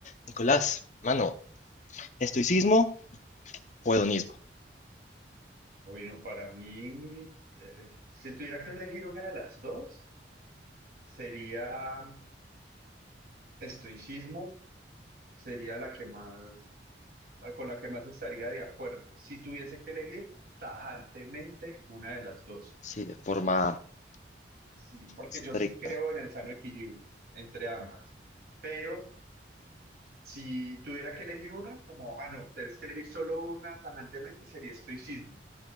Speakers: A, on the left (about 40°); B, on the right (about 55°).
A: Nicolás, mano, estoicismo o hedonismo,
B: No, Bueno, para mí, eh, si tuviera que elegir una de las dos, sería estoicismo, sería la que más, ah, con la que más estaría de acuerdo. Si tuviese que elegir tajantemente una de las dos,
A: sí, de forma
B: sí, porque
A: estricta.
B: yo sí creo en el sano equilibrio entre ambas. Pero si tuviera que elegir una, como, ah, no, tienes que elegir solo una tajantemente, sería estoicismo